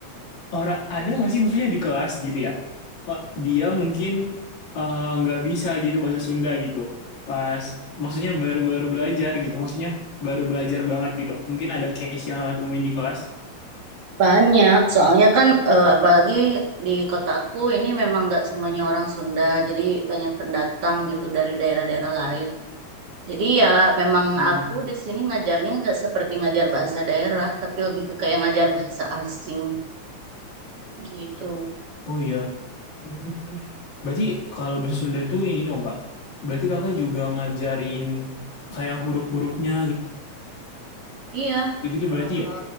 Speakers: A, on the left; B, on the right.
A: orang ada nggak sih maksudnya di kelas gitu ya? Oh, dia mungkin eh, nggak bisa gitu bahasa Sunda gitu. Pas maksudnya baru-baru belajar gitu. Maksudnya baru belajar banget gitu. Mungkin ada case yang Kakak temuin di kelas.
B: Banyak, soalnya kan eh, apalagi di kotaku ini memang nggak semuanya orang Sunda, jadi banyak pendatang gitu dari daerah-daerah lain. Jadi ya memang
A: Hmm.
B: aku di sini ngajarnya nggak seperti ngajar bahasa daerah, tapi lebih ke kayak ngajar bahasa asing gitu.
A: Oh iya. Hmm. Berarti kalau bahasa Sunda tuh ini dong kak. Berarti kakak juga ngajarin kayak huruf-hurufnya
B: Iya,
A: gitu-gitu berarti
B: eh,
A: ya?